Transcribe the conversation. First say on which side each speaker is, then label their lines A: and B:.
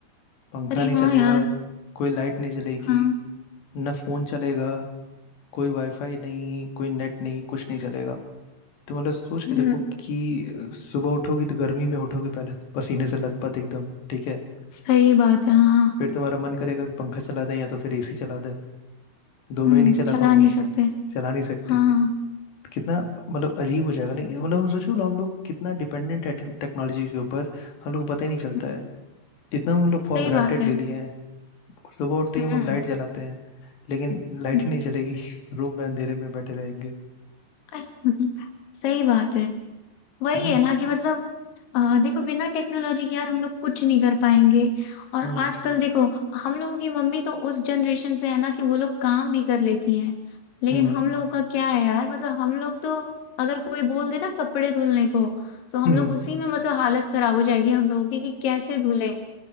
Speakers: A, on the left; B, on the left.
A: पंखा
B: अरे
A: नहीं
B: हाँ
A: चलेगा
B: यार
A: कोई लाइट नहीं चलेगी
B: हाँ
A: ना फोन चलेगा कोई वाईफाई नहीं कोई नेट नहीं कुछ नहीं चलेगा तो मतलब सोच के
B: हम्म,
A: देखो कि सुबह उठोगी तो गर्मी में उठोगी पहले पसीने से लथपथ एकदम ठीक है
B: सही बात है हाँ
A: फिर तुम्हारा मन करेगा कि पंखा चला दें या तो फिर एसी चला दें दोनों
B: हम्म
A: ही नहीं चला
B: चला
A: पाओगी
B: नहीं सकते
A: चला नहीं सकती
B: हाँ
A: तो कितना मतलब अजीब हो जाएगा नहीं मतलब हम सोचो हम लोग कितना डिपेंडेंट है टेक्नोलॉजी के ऊपर हम लोग को पता ही नहीं चलता
B: हम्म,
A: है इतना हम लोग फॉर
B: सही
A: ग्रांटेड
B: बात है
A: ले लिए हैं और सुबह उठते
B: हम्म
A: ही हम लोग लाइट जलाते हैं लेकिन लाइट
B: हम्म,
A: ही नहीं जलेगी <laughs> रूम में अंधेरे में बैठे रहेंगे
B: अरे, <laughs> सही बात है वही
A: हम्म
B: है ना कि मतलब अ, देखो बिना टेक्नोलॉजी के यार हम लोग कुछ नहीं कर पाएंगे और
A: हम्म
B: आजकल देखो हम लोगों की मम्मी तो उस जनरेशन से है ना कि वो लोग काम भी कर लेती हैं लेकिन
A: हम्म
B: हम लोग का क्या है यार मतलब हम लोग तो अगर कोई बोल दे ना कपड़े धुलने को तो हम
A: हम्म।
B: लोग उसी में मतलब हालत खराब हो जाएगी हम लोगों की कि कैसे धुले